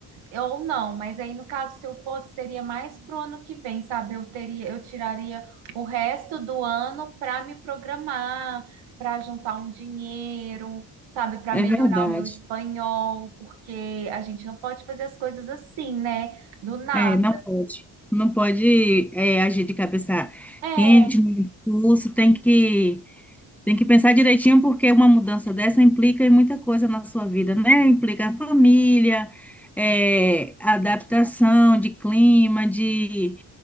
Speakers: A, on the right; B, in the centre.
A: Ou não, mas aí no caso, se eu fosse, seria mais pro ano que vem, sabe? Eu teria, eu tiraria o resto do ano para me programar, para juntar um dinheiro, sabe? Para
B: É
A: melhorar
B: verdade.
A: o meu espanhol, porque a gente não pode fazer as coisas assim, né? Do nada.
B: É, não pode. Não pode, é, agir de cabeça
A: É,
B: quente, no impulso, tem que, tem que pensar direitinho, porque uma mudança dessa implica em muita coisa na sua vida, né? Implica a família, é, adaptação de clima, de,